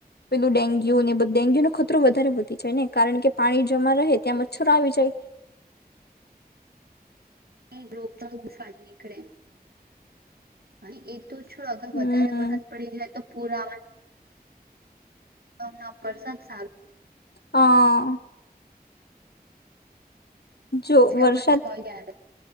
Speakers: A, on the left; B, on the right.
A: ડેન્ગ્યુ ને ડેગ્યુનો ખતરો વધારે વધતી જાય, ને કારણ કે પાણી જમાં રહે ત્યાં મચ્છરો આવી જાય,
B: ન રોપતા તો બુ ફાટી નીકળે અને એ તો છ અગર
A: હમ
B: વધારે વરસાદ પડી જાય તો પુરા તમ પસાદ સાાર
A: હા, જો
B: પણ
A: વરસાદ
B: હોય જ્યારે